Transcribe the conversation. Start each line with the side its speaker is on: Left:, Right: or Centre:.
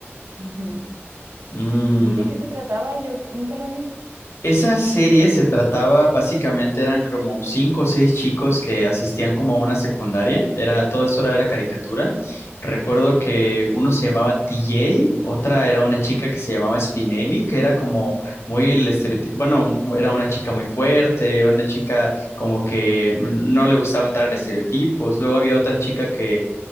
Right: Ujú.
Left: Mm.
Right: ¿Y de qué se trataba? Yo nunca la vi.
Left: Esa serie se trataba, básicamente eran como cinco o seis chicos que asistían como a una secundaria. Era, todo eso era, era caricatura. Recuerdo que uno se llamaba TJ, otra era una chica que se llamaba Spinelli, que era como muy el estereotipo. Bueno, era una chica muy fuerte, una chica como que no le gustaba entrar en estereotipos. Luego había otra chica que